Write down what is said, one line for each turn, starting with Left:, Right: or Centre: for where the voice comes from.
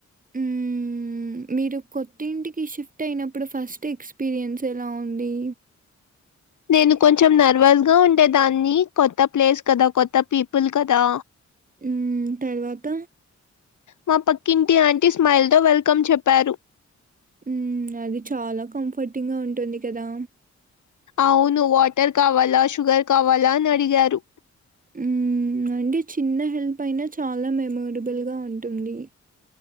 Right: మ్మ్ మీరు కొత్త ఇంటికి షిఫ్ట్ అయినప్పుడు ఫస్ట్ ఎక్స్పీరియన్స్ ఎలా ఉంది
Left: నేను కొంచెం నర్వస్ గా ఉండేదాన్ని కొత్త ప్లేస్ కదా కొత్త పీపుల్ కదా
Right: మ్మ్ తర్వాత
Left: మా పక్కింటి ఆంటీ స్మైల్ తో వెల్కమ్ చెప్పారు
Right: మ్మ్ అది చాలా కంఫర్టింగ్ గా ఉంటుంది కదా
Left: అవును వాటర్ కావాలా షుగర్ కావాలా అని అడిగారు
Right: ఉం అంటే చిన్న హెల్ప్ అయినా చాలా మెమోరబుల్గా ఉంటుంది